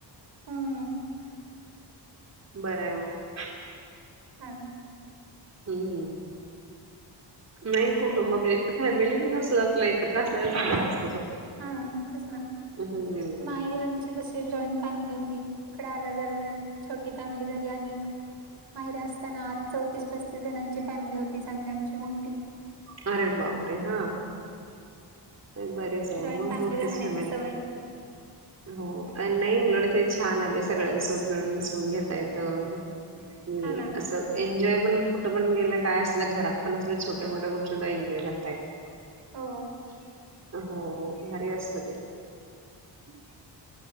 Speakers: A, on the right; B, on the right.
A: हम्म
B: बराय मंग.
A: हा ना
B: हम्म नाही कुटुंब म्हण फॅमिली पण असल आपलं एक खटला असलेला चांगल अस <unintelligible>
A: हा तेच ना
B: हम्म
A: माहेरी आमच्या <unintelligible> ते कंसय जॉईंट फॅमिली होती इकडे आलं जरा छोटी फॅमिली झाली आम्ही एक माहेरी असताना अ चौतीस पस्तीस जणांची फॅमिली होती चांगली आमची मोठ्ठी.
B: अरे बापरे हा बरच म
A: जॉईंट फॅमिलीत
B: मोठ्ठीच
A: राहण्याची
B: फॅमिली
A: सवय
B: <inaudible> <unintelligible> हो अ नाही उलट ते छान आहे सगळ्यांसोबत मिळून मिसळून घेता येतं ए
A: हा ना
B: असं एन्जॉय पण कुठं पण गेलं काय असल घरात पण असल छोट्या मोठ्या गोष्ट <unintelligible> <unintelligible>
A: हो
B: हो भारी असतं ते. <unintelligible>